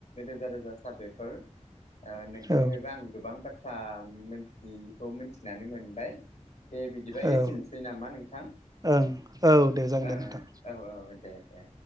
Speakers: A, on the left (about 65°); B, on the right (about 30°).
A: रोजा रोजा साबायखर नोंथांनिफ्रायबो
B: औ
A: आं गोबां बाथ्रा आ उम मोनथियैखौ मोनथिखौ मोथिनानै मोनबाय दे बिदिबा एसेनोसै
B: औ
A: नामा नोंथां
B: ओं औ दे जागोन
A: ओं
B: दे नोंथां
A: ओं औ औ दे दे